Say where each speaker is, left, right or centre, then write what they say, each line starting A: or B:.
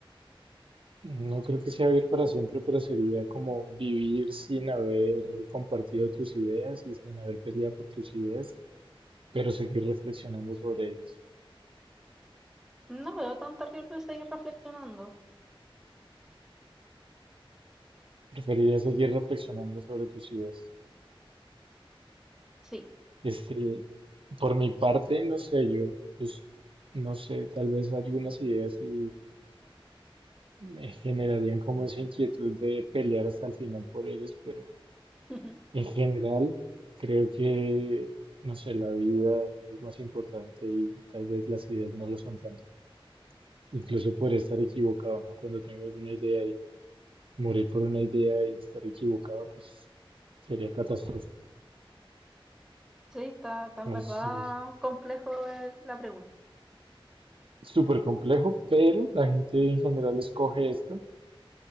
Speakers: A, on the right (about 65°); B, in the centre.
A: No creo que sea vivir para siempre, pero sería como vivir sin haber compartido tus ideas y sin haber peleado por tus ideas, pero seguir reflexionando sobre ellas.
B: No veo tan terrible el seguir reflexionando.
A: preferiría seguir reflexionando sobre tus ideas?
B: Sí,
A: Este, por mi parte, no sé, yo, pues, no sé, tal vez algunas ideas sí me generarían como esa inquietud de pelear hasta el final por ellas, pero
B: <laughs>
A: en general creo que, no sé, la vida es más importante y tal vez las ideas no lo son tanto. Incluso podría estar equivocado, ¿no? Cuando tengo alguna idea y morir por una idea y estar equivocado, pues sería catastrófico.
B: sí, está, está en
A: Entonces,
B: verdad complejo eh, la pregunta.
A: súper complejo, pero la gente en general escoge esta